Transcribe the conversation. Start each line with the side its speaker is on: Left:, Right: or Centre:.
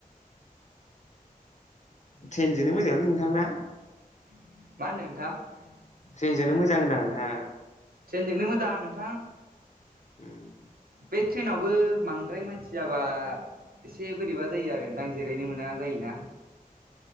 Left: ट्रेनजोंनो मोजांलै नोंथां ना?
Right: मा होनन्दों नोंथां?
Left: ट्रेनजोंनो मोजां होनदों नोंथां।
Right: ट्रेनजोंनो मोजां नोंथां।
Left: उम
Right: बे ट्रेनावबो बांद्राय मानसि जाबा एसे बोरैबा जायो आरो नोंथां जि रायनो मोना जायोना
Left: उम